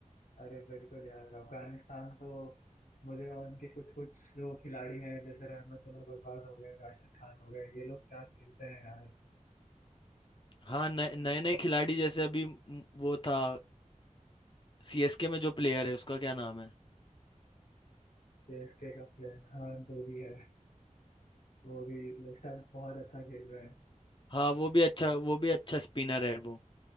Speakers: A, on the left (about 80°); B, on the left (about 40°).
A: अरे बिल्कुल यार अफगानिस्तान तो मुझे और उनके कुछ कुछ जो खिलाड़ी हैं जैसे रहमतुल्लाह गुरबाज हो गए राशिद खान हो गए ये लोग क्या खेलते हैं यार
B: हाँ नए नए नए खिलाड़ी जैसे अभी म, वो था सीएसके में जो प्लेयर है उसका क्या नाम है
A: सीएसके का प्लेयर हाँ जो भी है वो भी मतलब सब बहुत अच्छा खेल रहे हैं
B: हाँ वो भी अच्छा वो भी अच्छा स्पिनर है वो